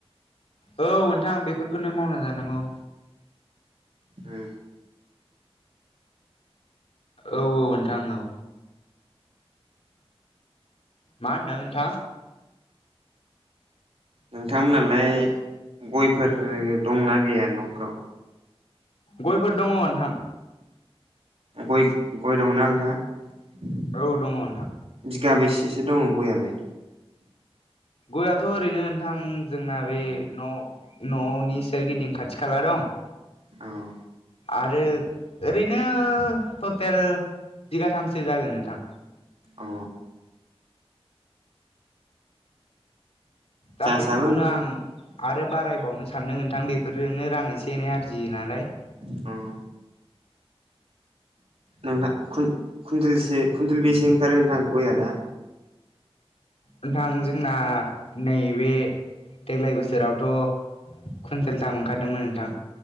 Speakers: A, on the left (about 80°); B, on the right (about 70°).
A: औ नोंथां बेफोरखौनो मावना जानांगौ
B: ओ
A: औ औ नोंथां औ मा होनदों नोंथां
B: नोंथांमोनालाय
A: हेल'
B: गयफोर दंनाा गैया न'फोराव
A: गयफोर दङ नोंथां
B: गय गय दंनाा नंथां
A: औ दङ नोंथां
B: बिगाबैसेसो दङ गयालाय
A: गयाथ' ओरैनो नोंथां जोंना बे न' न'नि सोरगिदिं खाथि खाला दं
B: औ
A: आरो ओरैनो टटेल बिगाथामसो जागोन नोंथां
B: अ
A: दा
B: जासाबो
A: बेफोरखौनो
B: नोंथां
A: आं आरो बारायबावनो सानदों नोंथां बेफोरजोंनो रां एसे एनै आरजियो नालाय
B: उम। नोंथां कुन्टेल कुइन्टेल बेसे ओंखारो नोंथां गया दा
A: नोंथां जोंना नैबे देग्लाय बोसोरावथ' कुइन्टेल दाम ओंखारदोंमोन नोंथां